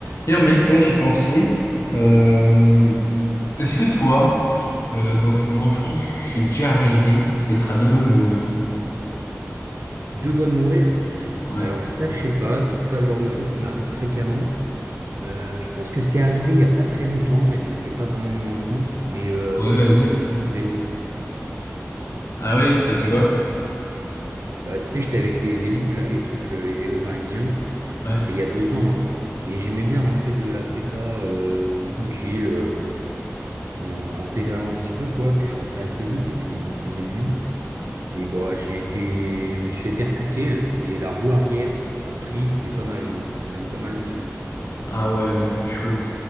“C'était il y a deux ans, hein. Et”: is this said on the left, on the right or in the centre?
Right